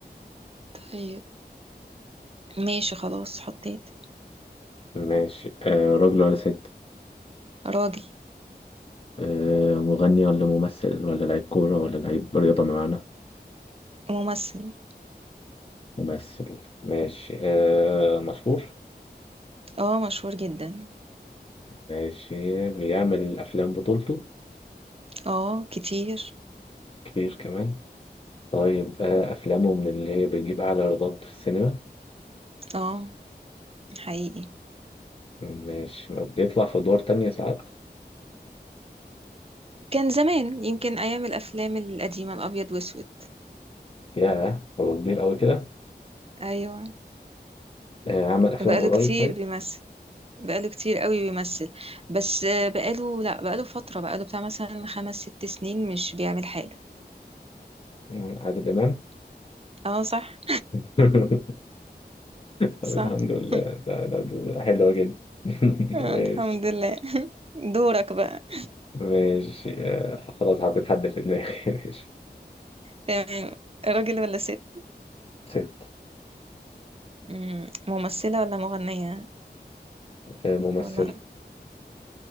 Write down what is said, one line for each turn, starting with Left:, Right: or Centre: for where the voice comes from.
Right: طيب ماشي خلاص حطيت
Left: ماشي آه راجل ولا ست
Right: راجل
Left: آه مغني ولا ممثل ولا لعيب كورة ولا لعيب رياضة معانا
Right: ممثل
Left: ممثل ماشي آه مشهور
Right: اه مشهور جدا
Left: ماشي بيعمل أفلام بطولته
Right: اه كتير
Left: كتير كمان طيب آه أفلامه من اللي هي بيجيب أعلى إيرادات في السينما
Right: اه حقيقي
Left: ماشي ما بيطلع في أدوار تانية ساعات
Right: كان زمان يمكن ايام الافلام القديمه الابيض واسود
Left: ياه هو كبير أوي كده
Right: ايوه
Left: آه عمل أفلام
Right: بقاله
Left: قريب
Right: كتير
Left: طيب
Right: بيمثل بقاله كتير قوي بيمثل بس آه، بقاله لا بقاله فترة بقاله بتاع مثلا خمس ست سنين مش بيعمل حاجة
Left: مم، عادل إمام
Right: اه صح
Left: <laughs> طب
Right: صح
Left: الحمد لله
Right: <laughs>
Left: ده ده, ده حلوة جدا <laughs>
Right: الحمد
Left: ماشي
Right: لله دورك بقى
Left: ماشي آه، خلاص حطيت حد في دماغي <laughs> ماشي
Right: تمام راجل ولا ست
Left: ست
Right: مم، ممثلة ولا مغنية
Left: آه، ممثلة
Right: ولا